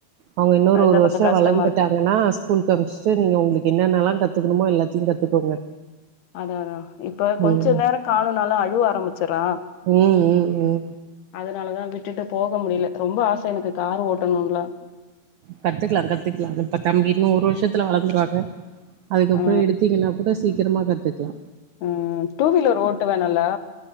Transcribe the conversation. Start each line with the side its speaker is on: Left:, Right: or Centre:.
Right: அவ்ங்க இன்னோரு
Left: அதுதா
Right: ஒரு வர்ஷோ
Left: கொஞ்ச கஷ்டமா
Right: வளந்துட்டாங்கன்னா
Left: இருக்கு
Right: ஸ்கூல்க் அம்ஸ்ட்டு நீங்க உங்ளுக் என்னென்னல்லா கத்துக்குணுமோ எல்லாத்தியு கத்துக்கோங்க
Left: அதா அதா இப்ப கொஞ்ச
Right: ம்
Left: நேரோ காணோனால அழுவ ஆரம்பிச்சர்றா
Right: ம் ம் ம்
Left: அதுனாலதா விட்டுட்டு போக முடில ரொம்ப ஆச எனக்கு காரு ஓட்டணுன்லா
Right: கத்துக்லா கத்துக்லா இப்ப தம்பி இன்னு ஒரு வர்ஷத்துல வளந்துருவாங்க அதுக்கப்பறோ
Left: ஆ
Right: எடுத் தீங்கனா கூட சீக்கிரமா கத்துக்லா
Left: ம் டூ வீலர் ஓட்டுவ நல்லா